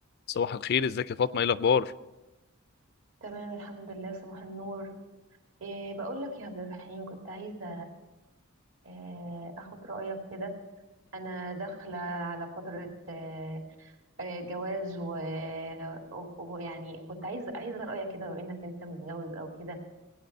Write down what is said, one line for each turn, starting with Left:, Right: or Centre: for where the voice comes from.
Left: صباح الخير ازيك يا فاطمه ايه الاخبار
Right: تمام الحمد لله صباح النور إيه بقول لك يا عبد الرحيم كنت عايزة إيه أخد رأيك كده أنا داخلة على فترة إيه إيه، جواز ويعني و... و- ويعني كنت عايزة عايزة رأيك كده بما إنك أنت متجوز أو كده